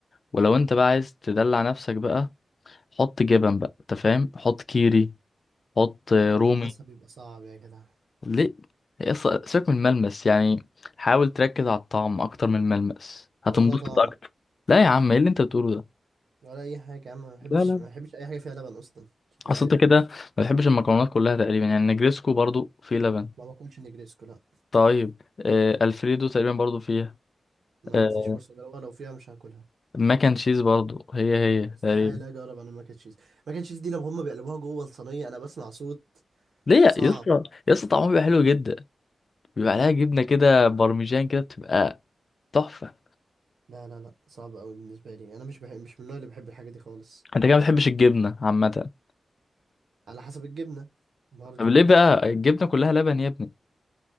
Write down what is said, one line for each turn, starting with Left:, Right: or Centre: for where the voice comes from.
Left: ولو انت بقى عايز تدلع نفسك بقى حط جبن بقى انت فاهم حط كيري حط رومي
Right: والمسا بيبقى صعب يا جدع
Left: ليه اص- سيبك من الملمس يعني حاول تركز على الطعم اكتر من الملمس هتنبسط
Right: ولا طعم
Left: اكتر لا يا عم ايه اللي انت بتقوله ده
Right: ولا اي حاجه يا عم ما بحبش
Left: لا لا
Right: ما بحبش اي حاجه فيها لبن اصلا عشان تبقى
Left: اصل
Right: عارف
Left: انت كده ما بتحبش المكرونات كلها تقريبا يعني نجريسكو برضو فيه لبن
Right: ما باكلش نجريسكو لا
Left: طيب آه الفريدو تقريبا برضو فيها
Right: ما
Left: آه
Right: جاتليش فرصه اجربها لو فيها مش هاكلها
Left: ماك اند تشيز برضو هي هي
Right: استحاله
Left: تقريبا
Right: اجرب انا الماك أند تشيز ماك أند تشيز دي لما هم بيقلبوها جوه الصينيه انا بسمع صوت
Left: ليه يا
Right: صعب
Left: يا اسطى يا اسطى طعمه بيبقى حلو جدا بيبقى عليها جبنه كده بارميجان كده بتبقى تحفه
Right: لا لا لا صعب قوي بالنسبة لي انا مش بحب مش من النوع اللي بحب الحاجة دي خالص
Left: انت كده ما بتحبش الجبنه عامه
Right: على حسب الجبنة برضه
Left: طب ليه بقى الجبنة كلها لبن يا ابني